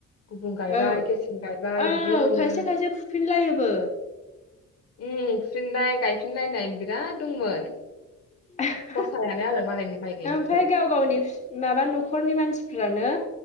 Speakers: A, on the left (about 50°); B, on the left (about 25°).
A: गुबुं गायबाय
B: औ
A: गेसें गायबाय
B: औ
A: बिदि होनो।
B: खायसे खायसे फुफिनलायोबो।
A: उम फुफिननाय गायफिनलायनाय बिराद दंमोन।
B: <unintelligible>
A: फसायानो आलो मालायनि। माइ गायनायखौ
B: ओमफ्राय गाव गावनि। माबा न'खरनि मानसिफ्रानो